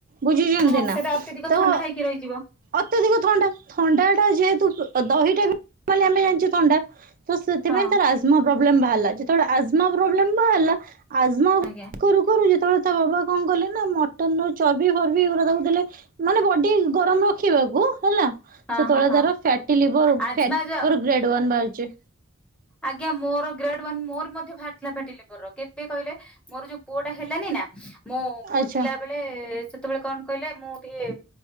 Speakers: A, on the right; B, in the centre.
A: ବୁଝିଛନ୍ତି
B: ହଁ
A: ନା
B: ସେଇଟା ଅତ୍ୟଧିକ
A: ତ
B: ଥଣ୍ଡା ହେଇକି ରହିଯିବ
A: ଅତ୍ୟଧିକ ଥଣ୍ଡା, ଥଣ୍ଡାଟା ଯେହେତୁ ଦହିଟା ବି ମାନେ ଆମେ ଜାଣିଚେ ଥଣ୍ଡା। ତ ସେଥିପାଇଁ
B: ହଁ
A: ତାର ଆଜ୍ମା ପ୍ରୋବ୍ଲେମ୍ ବାହାରିଲା, ଯେତବଳେ ଆଜ୍ମା ପ୍ରୋବ୍ଲେମ୍ ବାହାରିଲା ଆଜ୍ମା
B: ଆଜ୍ଞା।
A: କରୁ-କରୁ ଯେତବଳେ ତା ବାବା କଣ କଲେ ନା ମଟନ୍ ର ଚର୍ବି ଫର୍ବି ଏଗୁରା ତାକୁ ଦେଲେ। ମାନେ ବଡି ଗରମ୍ ରଖିବାକୁ ହେଲା
B: ହଁ
A: ସେତବଳେ
B: ହଁ ହଁ
A: ତାର ଫ୍ୟାଟି ଲଭର୍ <unintelligible>
B: ଆଜମା ଯୋଉ
A: ଗ୍ରେଡ୍ ୱନ୍ ବାହାରିଚି।
B: ଆଜ୍ଞା ମୋର ଗ୍ରେଡ୍ ୱାନ୍ ମୋର ବି ମଧ୍ୟ ବାହାରି ଥିଲା ଫ୍ୟାଟି ଲିଭର କେବେ କହିଲେ ମୋର ଯୋଉ ପୁଅଟା ହେଲାନି ନା, ମୋ ପୁଅ
A: ଆଚ୍ଛା
B: ଥିଲାବେଳେ ସେତେବେଳେ କଣ କହିଲେ, ମୁଁ ଟିକେ